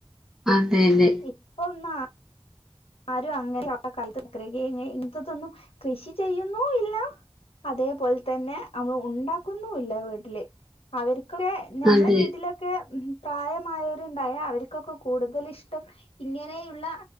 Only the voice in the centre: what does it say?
അതെ തന്നെ
അതെ